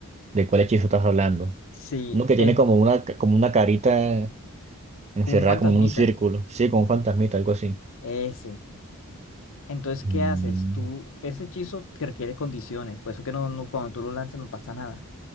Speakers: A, on the right; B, on the left.
A: de cuál hechizo estás hablando.
B: Sí,
A: Uno que
B: es
A: tiene como una, ca- como una carita encerrada
B: como un fantasmita.
A: como en un círculo, sí, como un fantasmita, algo así.
B: Ese. Entonces, ¿qué
A: Mm.
B: haces? Tú, ese hechizo te requiere condiciones, por eso que no, no- cuando tú lo lanzas no pasa nada.